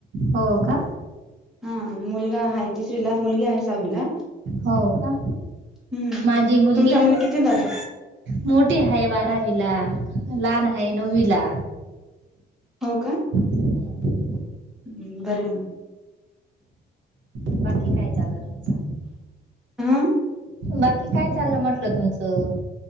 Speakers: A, on the right; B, in the centre.
A: हो का?
B: हा मुलगा आहे तीसरीला मुलगी आहे सहावीला.
A: हो का
B: हम्म.
A: माझी मुलगी
B: तुमच्या मुली कितवीला ग?
A: मोठी आहे बारावी ला, लहान आहे नववी ला.
B: हो का.
A: हम्म
B: हम्म बरं.
A: बाकी काय चाललं तुमचं?
B: हा.
A: बाकी काय चाललं म्हटलं तुमचं?